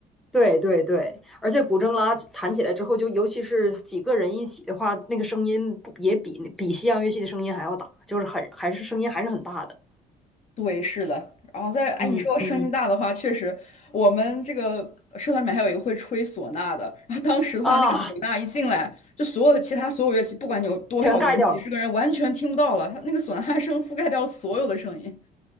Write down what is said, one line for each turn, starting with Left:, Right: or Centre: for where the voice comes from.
Centre: 对对对，而且古筝拉弹起来之后，就尤其是几个人一起的话，那个声音不也比比西洋乐器的声音还要大，就是很还是声音还是很大的。
Left: 对，是的。然后在，哎，
Centre: 嗯嗯
Left: 你说声音大的话，确实，我们这个社团里面还有一个会吹唢呐的。然后当时的话，
Centre: 啊，
Left: 那个唢呐一进来，就所有的其他所有乐器，不管你有多少个人，
Centre: 全盖掉了
Left: 几十个人，完全听不到了。他那个唢呐声覆盖掉了所有的声音。